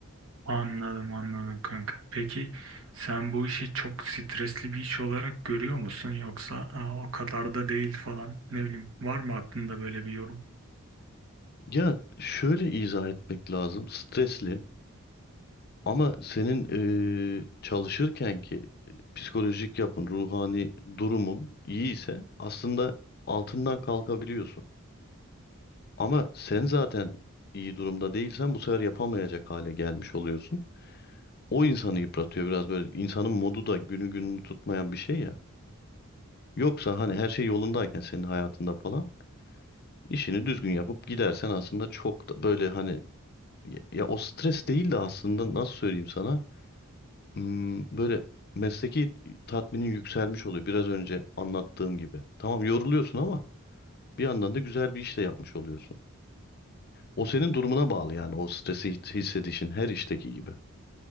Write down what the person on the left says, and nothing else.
Ya şöyle izah etmek lazım. Stresli ama senin eee, çalışırken ki e, psikolojik yapın, ruhani durumun iyi ise aslında altından kalkabiliyorsun. Ama sen zaten iyi durumda değilsen bu sefer yapamayacak hale gelmiş oluyorsun. O insanı yıpratıyor biraz böyle. İnsanın modu da günü gününü tutmayan bir şey ya. Yoksa hani her şey yolundayken senin hayatında falan işini düzgün yapıp gidersen aslında çok da böyle hani ya, ya o stres değil de aslında nasıl söyleyeyim sana Hmm, böyle mesleki tatminin yükselmiş oluyor biraz önce anlattığım gibi. Tamam yoruluyorsun ama bir yandan da güzel bir iş de yapmış oluyorsun. O senin durumuna bağlı yani o stresi hi- hissedişin her işteki gibi.